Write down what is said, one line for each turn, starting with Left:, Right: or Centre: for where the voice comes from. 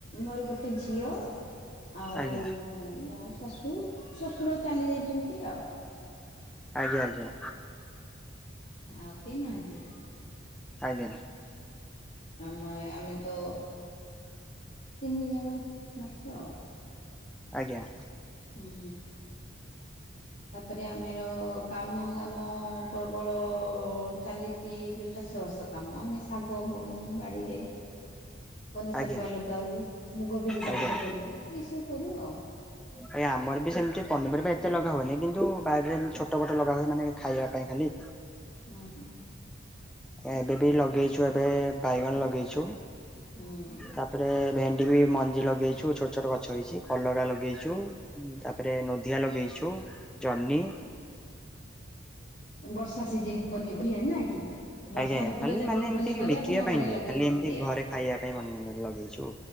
Left: ମୋର ଗୋଟେ ଝିଅ ଆଉ
Centre: ଆଜ୍ଞା
Left: ମୋ ଶାଶୁ ଶଶୁର ଚାଲି ଯାଇଛନ୍ତି ଆଉ।
Centre: ଆଜ୍ଞା ଆଜ୍ଞା
Left: ଆଉ କେହି ନାହାନ୍ତି।
Centre: ଆଜ୍ଞା
Left: ଆମ ଆମେ ତ ତିନି ଜଣ ମାତ୍ର ଆଉ।
Centre: ଆଜ୍ଞା
Left: ହୁଁ ତାପରେ ଆମେର କାମ ଦାମ ପ୍ରବଳ ଚାଲି ଏଇ ଯୋଉ ଚାଷବାସ କାମ ଆମେ ଶାଗ ବୁଣୁ ବାଡ଼ିରେ ପନିପରିବା
Centre: ଆଜ୍ଞା
Left: ଲଗାଉ ମୁଗ ବିରି ଚାଷ
Centre: ଆଜ୍ଞା ଆଜ୍ଞା
Left: କରୁ ଏଇସବୁ କରୁ ଆଉ।
Centre: ଆଜ୍ଞା ଆମର ବି ସେମିତି ପନିପରିବା ଏତେ ଲଗା ହୁଏନି, କିନ୍ତୁ ବାଡ଼ିରେ ଛୋଟ ବଟ ଲଗା ହୁଏ ମାନେ ଖାଇବା ପାଇଁ ଖାଲି
Left: ହୁଁ ହୁଁ
Centre: ଏବେ ଟିକେ ଲଗେଇଛୁ ଏବେ ବାଇଗଣ ଲଗେଇଛୁ
Left: ହୁଁ
Centre: ତାପରେ ଭେଣ୍ଡି ବି ମଞ୍ଜି ଲଗେଇଛୁ ଛୋଟ ଛୋଟ ଗଛ ହେଇଛି କଲରା ଲଗେଇଛୁ। ତାପରେ ନୋଧିଆ ଲଗେଇଛୁ। ଜହ୍ନି
Left: ବର୍ଷା ସିଜନ୍ ପନିପରିବା ନା କି ବର୍ଷା
Centre: ଆଜ୍ଞା ଆଜ୍ଞା
Left: ଋତୁରେ
Centre: ଖାଲି
Left: ଯେତିକି
Centre: ମାନେ ଏମିତି
Left: ପନିପରିବା
Centre: ବିକିବା
Left: ତୁମ
Centre: ପାଇଁ
Left: ଘରେ
Centre: ନୁହେଁ
Left: ଲଗେଇଛନ୍ତି।
Centre: ଖାଲି ଏମିତି ଘରେ ଖାଇବା ପାଇଁ <unintelligible> ଲଗେଇଚୁ।